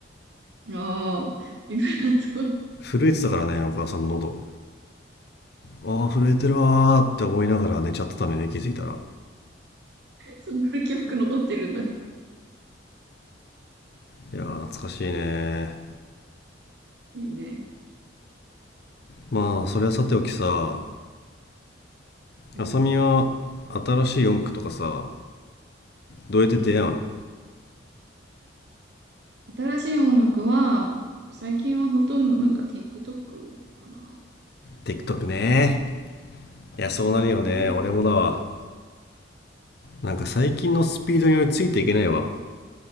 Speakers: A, on the right (about 60°); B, on the left (about 55°).
A: ああ、ビブラート。
B: 震えてたからね、お母さんの喉。ああ、震えてるわーって思いながら寝ちゃってたのよね、気づいたら。
A: そんな記憶残ってるんだ。
B: いやー、懐かしいね。
A: いいね。
B: まあ、それはさておきさ、
A: うん。
B: あさみは新しい音楽とかさ、どうやって出会うの
A: うん。新しい音楽は、最近はほとんどなんか TikTok かな。
B: ?TikTok ね。いや、そうなるよね。
A: うん
B: 俺もだわ。なんか最近のスピードに俺ついていけないわ。